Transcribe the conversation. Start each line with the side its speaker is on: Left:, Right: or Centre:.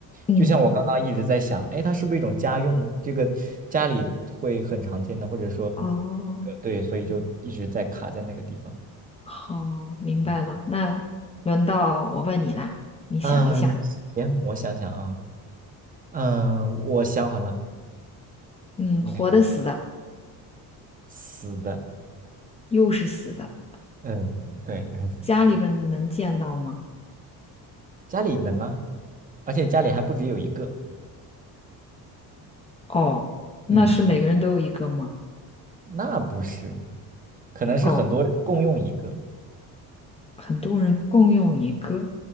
Left: 嗯，
Right: 就像我刚刚一直在想，哎，它是不是一种家用？这个家里会很常见的，或者说，
Left: 哦。
Right: 呃对，所以就一直在卡在那个地方。
Left: 好，明白了。
Right: 嗯
Left: 那轮到我问你啦，你想一下，
Right: 嗯，行，我想想啊，嗯，我想好了，
Left: 嗯，
Right: 你可以问。
Left: 活的、死的，
Right: 死的，
Left: 又是死的，
Right: 嗯，对，<laughs>
Left: 家里边能见到吗？
Right: 家里能啊，而且家里还不只有一个。
Left: 哦，那是每个人都有一个吗？
Right: 嗯，那不是，可能是很多人共用一个。
Left: 哦，很多人共用一个。